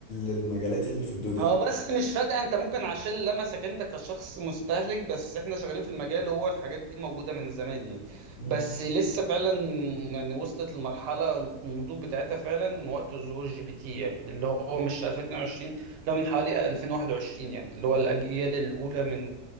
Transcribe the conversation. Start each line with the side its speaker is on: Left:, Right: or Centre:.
Left: المجالات اللي في الدنيا
Right: هو بس مش فجأة انت ممكن عشان لمسك انت كشخص مستهلك بس احنا شغالين في المجال هو الحاجات دي موجودة من زمان يعني
Left: مم.
Right: بس لسه فعلا يعني وصلت لمرحلة النضوج بتاعتها فعلا وقت ظهور جي بي تي يعني اللي هو مش 2022 لو من حوالي 2021 يعني اللي هو الأجيال الأولى من